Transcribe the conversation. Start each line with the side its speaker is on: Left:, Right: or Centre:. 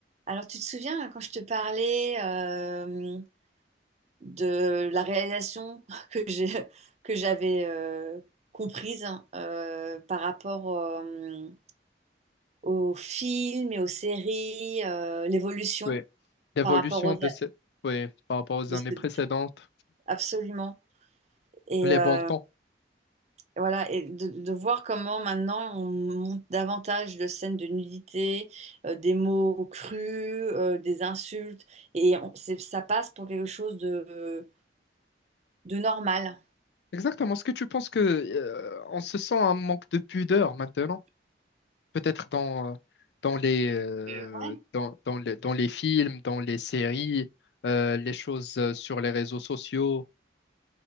Right: Alors, tu te souviens hein, quand je te parlais euh, de la réalisation <laughs> que j'ai, que j'avais euh, comprise hein, euh, par rapport euh, aux films et aux séries, euh, l'évolution
Left: Oui, l'évolution
Right: par rapport aux...
Left: de ces... Oui, par rapport aux
Right: de
Left: années
Right: ce-
Left: précédentes,
Right: Absolument. Et
Left: les
Right: euh,
Left: bons temps.
Right: voilà, et de, de voir comment maintenant on monte davantage de scènes de nudité, euh, des mots crus, euh, des insultes, et on- c'est- ça passe pour quelque chose de, de normal.
Left: Exactement. Est-ce que tu penses que euh, on se sent un manque de pudeur maintenant? Peut-être dans, euh, dans les, euh,
Right: Et, euh, Ouais,
Left: dans, dans les, dans les films, dans les séries, euh, les choses euh, sur les réseaux sociaux.